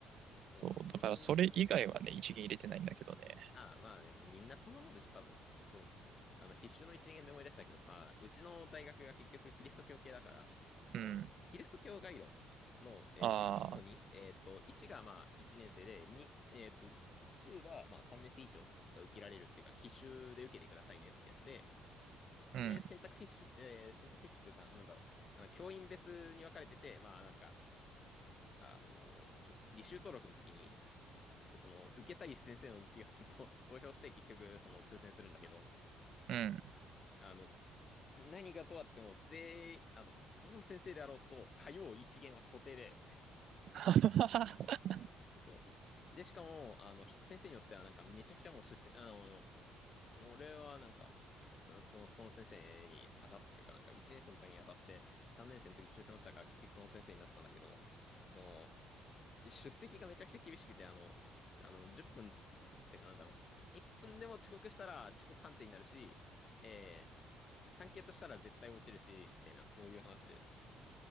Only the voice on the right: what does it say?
そう、
だからそれ以外はね、1限入れてないんだけどね。
うん。
ああ、
うん、
うん。
<laughs>